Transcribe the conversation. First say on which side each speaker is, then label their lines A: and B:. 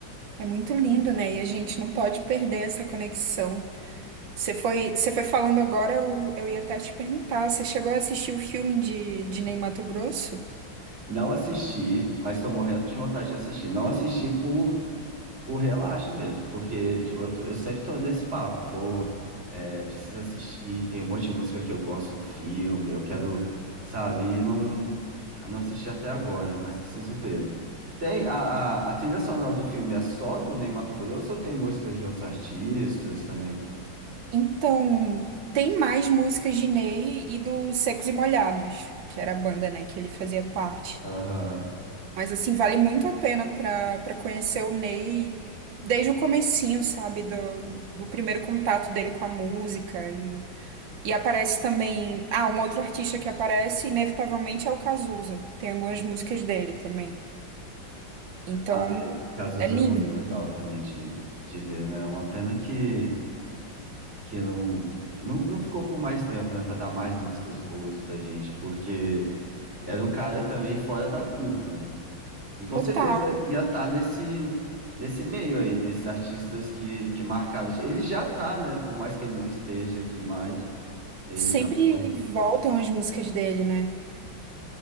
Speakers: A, on the right; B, on the right.
A: é muito lindo, né? E a gente não pode perder essa conexão. Você foi, você foi falando agora, eu, eu ia até te perguntar, você chegou a assistir o filme de, de Ney Matogrosso?
B: Não assisti, mas estou morrendo de vontade de assistir. Não assisti por Por relaxo mesmo, porque tipo, eu, tô- eu sempre tô nesse papo, vou, é, preciso assistir, tem um monte de música que eu gosto no filme, eu quero, sabe, e não, não assisti até agora, mas preciso ver. Tem a, a, a trilha sonora do filme é só do Ney Matogrosso ou tem músicas de outros artistas também?
A: Então, tem mais músicas de Ney e do Secos e Molhados, que era a banda, né, que ele fazia parte.
B: Aham.
A: Mas, assim, vale muito a pena para para conhecer o Ney desde o comecinho, sabe, do, do primeiro contato dele com a música. E, e aparece também... Ah, um outro artista que aparece, inevitavelmente, é o Cazuza. Tem algumas músicas dele também. Então,
B: Ah, Cazuza
A: é lindo.
B: é muito legal também de, de ver, né? É uma pena que que não, não, não ficou por mais tempo, né, para dar mais músicas boas pra gente, porque era um cara também fora da curva, né? E com
A: Total.
B: certeza ia estar nesse, nesse meio aí, desses artistas que, que marcaram. Ele já tá, né? Por mais que ele não esteja aqui mais, ele
A: Sempre
B: já foi.
A: voltam as músicas dele, né?